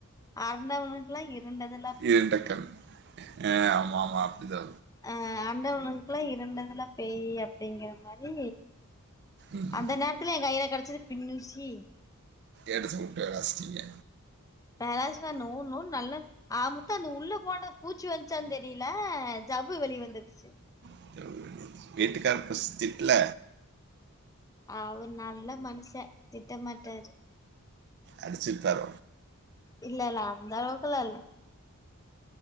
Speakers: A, on the left; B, on the right.
A: அரண்டவணக்குலா இருண்டதெ
B: இருண்டக்கன் ஆ ஆமா ஆமா அப்டிதா
A: ஆ அரண்டவனுக்குலா இருண்டதெலா பேய்யி அப்டிங்கற மாரி
B: ம்
A: அந்த நேரத்துல எ கையில கடச்சது பின்னூசி
B: எடுத்து வுட்டு விளாசிட்டிங்க
A: வெளாசுனா நூ நூ நல்ல ஆக மொத்த அந்த உள்ள போன பூச்சி வந்துச்சான் தெரில ஜவ்வு வெளிய வந்துருச்சு
B: <unintelligible> வீட்டுக்காரு ஃபஸ்ட் திட்டல
A: அவர் நல்ல மனுச திட்டமாட்டாரு
B: அடிச்சி விட்டாரோ
A: இல்ல இல்ல அந்த அளவுக்குல்லா இல்ல